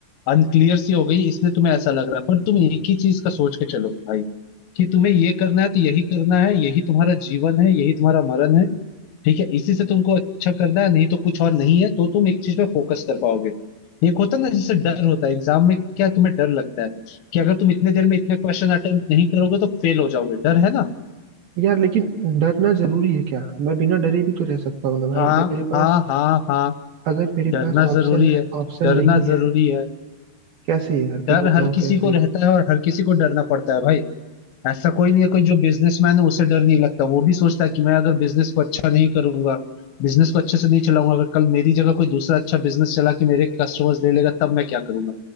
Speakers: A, on the left (about 80°); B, on the right (about 70°).
A: अनक्लियर सी हो गई इसलिए तुम्हें ऐसा लग रहा है पर तुम एक ही चीज का सोच के चलो भाई कि तुम्हें ये करना है तो यही करना है यही तुम्हारा जीवन है यही तुम्हारा मरण है ठीक है इसी से तुमको अच्छा करना है नहीं तो कुछ और नहीं है तो तुम एक चीज पे फोकस कर पाओगे एक होता है ना जैसे डर होता है एग्जाम में क्या तुम्हें डर लगता है कि अगर तुम इतने देर में इतने क्वेश्चन अटेम्प्ट नहीं करोगे तो फेल हो जाओगे डर है ना
B: यार लेकिन डरना जरूरी है क्या मैं बिना डरे भी तो रह सकता हूँ ना भाई
A: हाँ
B: जब मेरे पास
A: हाँ हाँ हाँ
B: अगर मेरे
A: डरना
B: पास ऑप्शन
A: जरूरी है
B: ऑप्शन
A: डरना
B: नहीं है
A: जरूरी है
B: कैसे यार फिर
A: डर
B: बताओ
A: हर किसी
B: कैसे
A: को रहता है और हर किसी को डरना पड़ता है भाई ऐसा कोई नहीं है कोई जो बिजनेसमैन है उसे डर नहीं लगता वो भी सोचता है कि मैं अगर बिजनेस को अच्छा नहीं करूंगा बिजनेस को अच्छे से नहीं चलाऊंगा अगर कल मेरी जगह कोई दूसरा अच्छा बिजनेस चला के मेरे कस्टमर्स ले लेगा तब मैं क्या करूंगा